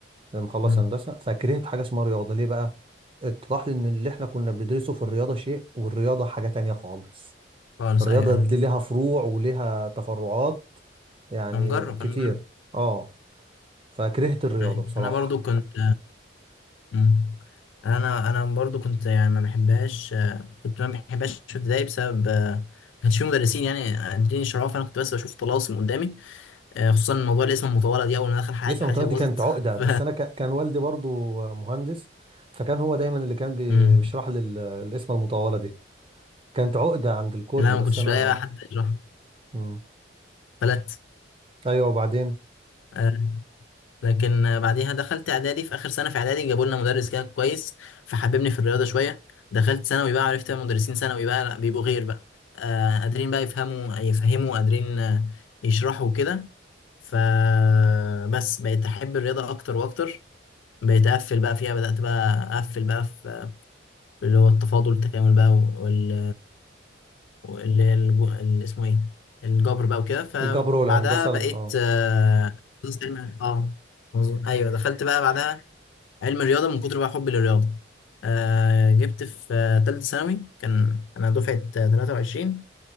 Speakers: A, on the right; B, on the left.
A: انا مخلص
B: مم.
A: هندسه فكرهت حاجه اسمها رياضه ليه بقى اتضح لي ان اللي احنا كنا بندرسه في الرياضه شيء والرياضه حاجه تانية خالص
B: خالص
A: الرياضه
B: أيوه أيوه
A: دي ليها فروع وليها تفرعات يعني
B: أنا مجرب
A: كتير
B: أنا مجرب
A: اه فكرهت الرياضه
B: أيوة.
A: بصراحه
B: أنا برضو كنت مم. أنا أنا برضو كنت يعني ما بحبهاش كنت ما بحبهاش في ابتدائي بسبب ما كانش في مدرسين يعني قادرين يشرحوها فأنا كنت بس بشوف طلاسم قدامي آه، خصوصا موضوع الاسم المطولة دي أول ما دخل حياتي
A: لسه
B: حياتي
A: متولد
B: باظت
A: دي كانت
B: <laughs>
A: عقدة
B: ف
A: بس أنا ك- كان والدي برضو مهندس فكان هو دايما اللي كان بي-
B: مم.
A: بيشرح لي ال- القسمة المطولة دي كانت عقدة عند الكل
B: لا
A: بس
B: ما كنتش
A: أنا
B: بلاقي
A: اه
B: بقى حد يشرح
A: مم.
B: فلت
A: أيوه وبعدين
B: آه، لكن آه، بعديها دخلت اعدادي في اخر سنه في اعدادي جابوا لنا مدرس كده كويس فحببني في الرياضه شويه دخلت ثانوي بقى عرفت مدرسين ثانوي بقى لا بيبقوا غير بقى آه، قادرين بقى يفهموا يفهموا قادرين آه، يشرحوا كده فبس بقيت احب الرياضه اكتر واكتر بقيت اقفل بقى فيها بدات بقى اقفل بقى في في اللي هو التفاضل التكامل بقى وال واللي هي الجو- اللي اسمه ايه الجبر بقى وكده فبعدها
A: الجبر والهندسة
B: بقيت
A: ال- اه
B: تخصص علم ال- اه مظبوط ايوه دخلت بقى بعدها علم الرياضه من كتر بقى حبي للرياضه آه جبت في آه، تالتة ثانوي كان انا دفعه آه، 23